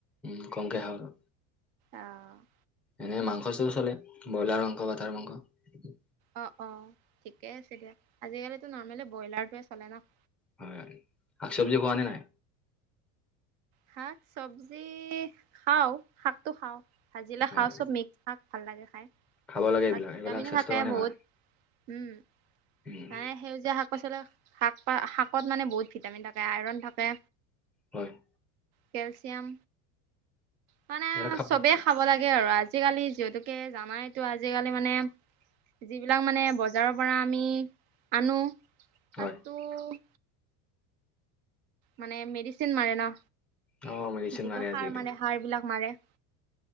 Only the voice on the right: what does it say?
অঁ',
অঁ', অঁ', ঠিকে আছে দিয়া। আজিকালিটো নৰ্মেলি ব্ৰইলাৰটোৱে চলে ন',
শাক চব্জি খাওঁ, শাকটো খাওঁ, ভাজিলে
খাওঁ, চব মিক্স', শাক ভাল লাগে খাই,
তাত
ভিটামিনো
থাকে
বহুত',
উম',
মানে সেউজীয়া শাক', পচলা শাক পা শাকত মানে বহুত ভিটামিন থাকে আয়ৰন থাকে',
কেলচিয়াম, মানে
চবেই
খাব লাগে', আৰু আজিকালি যিহেতুকে জানাইতো আজিকালি মানে', যিবিলাক মানে বজাৰৰ পৰা আমি আনো তাতটো',
মানে মেডিচিন মাৰে ন,
যিটো
সাৰ মাৰে সাৰ বিলাক মাৰে',